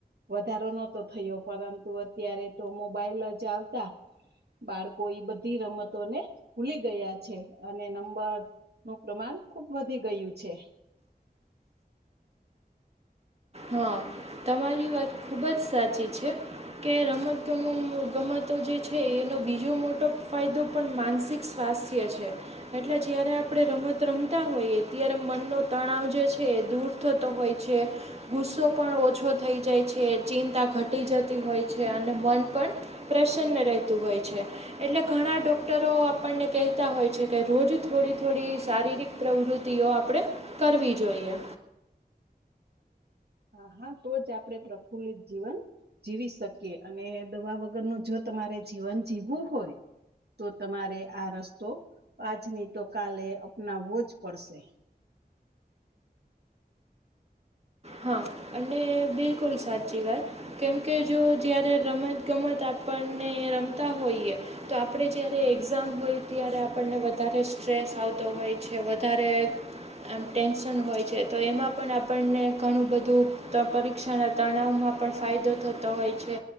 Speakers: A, on the right; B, on the right.
A: વધારો નો તો થયો, પરંતુ અત્યારે તો મોબાઈલ જ આવતા. બાળકોએ ઈ બધી રમતોને ભૂલી ગયા છે. અને નંબર નું પ્રમાણ ખુબ વધી ગયું છે.
B: હા. તમારી વાત ખૂબ જ સાચી છે. કે રમત ગમો ગમતો જે છે, એનો બીજો મોટો ફાયદો પણ માનસિક સ્વાસ્થ્ય છે. એટલે જયારે આપણે રમત રમતા હોઈએ, ત્યારે મનનો તણાવ જે છે એ દૂર થતો હોય છે. ગુસ્સો પણ ઓછો થઈ જાય છે, ચિંતા ઘટી જતી હોય છે, અને મન પણ પ્રસન્ન રહેતું હોય છે. એટલે ઘણા ડોક્ટરો આપણને કહેતા હોય છે, કે રોજ થોડી-થોડી શારીરિક પ્રવૃત્તિઓ આપણે કરવી જોઈએ.
A: હા હા તો જ આપડે પ્રફુલ્લિત જીવન જીવી શકીએ અને દવા વગરનું જો તમારે જીવન જીવવું હોય તો તમારે આ રસ્તો આજની તો કાલે અપનાવવો જ પડશે
B: હા અને બિલકુલ સાચી વાત કેમ કે જો જયારે રમત ગમત આપણને રમતા હોઈએ તો આપણે જ્યારે એક્ઝામ હોય ત્યારે આપણને વધારે સ્ટ્રેસ આવતો હોય છે વધારે આમ ટેન્શન હોય છે તો એમાં પણ આપણને ઘણું બધું ત પરીક્ષાના તણાવમાં પણ ફાયદો થતો હોય છે